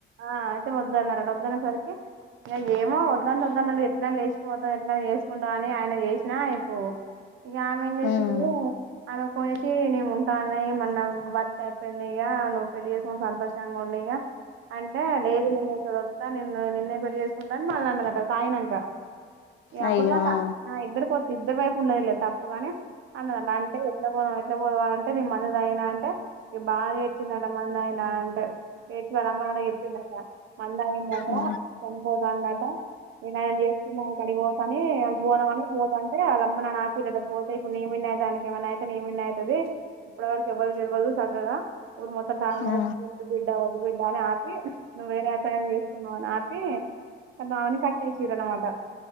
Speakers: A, on the right; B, on the left.
A: ఆ అయితే వద్దు అన్నరట వద్దనే సరికి ఇగ ఏమో వద్దంటె వద్దన్నాడు ఎట్లనే లేచిపోతాం ఎట్లాయినా చేసుకుంటాం అని ఆయనకి చేసినా అయిపోవు ఇగ ఆమెం చేసింది
B: మ్మ్
A: ఆమె ఫోన్ జేసీ నేను ఉంటాను. బతుక అయిపోయింది ఇగ నువ్వు పెళ్లి చేసుకొని సంతోషంగా ఉండి అంటే లేదు నిన్నే ఒకసారి కల్తా నిన్ను నిన్నే పెళ్ళి చేసుకుంట మళ్ళీ అన్నాడట తాగినంకా
B: అయ్యో
A: అప్పటిదాకా
B: ఆ
A: అ ఇద్దరు పో ఇద్దరి వైపు ఉన్నది లే తప్పుగాని అన్నదిట్ అంటే ఎట్లా పోదాం ఎట్లా పోదామాలంటే నీ మందు అయినా అంటే ఇగ బాగా ఏడ్చిందంట మందు తాగినాంటే ఏడ్చి వాళ్ళ అమ్మ న ఎప్పిందంట మందగిందేమో
B: ఆ
A: చనిపోతందట నేను ఆయనని జేసుకునే కడిగి పోతా అని పోదామని పోతాంటే వాళ్ళ అమ్మనాన్న ఆపిరట పోతే ఇప్పుడు నిమిదే దానికి ఏమైనా అయితే నిమీధనే ఐతది ఇప్పటి వరకు ఎవ్వరు తెల్వది చక్కగా ఊరు మొత్తం టం టం
B: ఆ
A: వద్దు బిడ్డా వద్దు బడ్డ ఆ నువ్వు వేరే అతని చేస్తుకున్నావు అని ఆపి ఆ బావ నీ కట్టేసిర్రు అన్నమాట